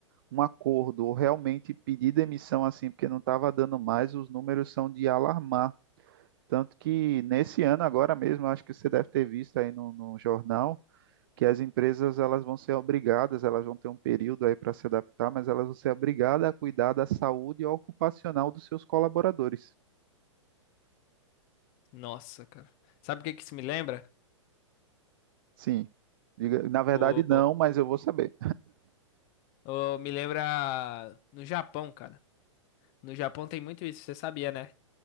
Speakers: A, on the right; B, on the left.
A: um acordo ou realmente pedir demissão assim, porque não estava dando mais, os números são de alarmar. Tanto que nesse ano agora mesmo, acho que você deve ter visto aí no, no jornal, que as empresas elas vão ser obrigadas, elas vão ter um período aí para se adaptar, mas elas vão ser obrigadas a cuidar da saúde ocupacional dos seus colaboradores.
B: Nossa, cara. Sabe o que que isso me lembra?
A: Sim, Diga- na verdade
B: O,
A: não, mas eu vou saber.
B: o- me lembra no Japão, cara. No Japão tem muito isso, você sabia, né?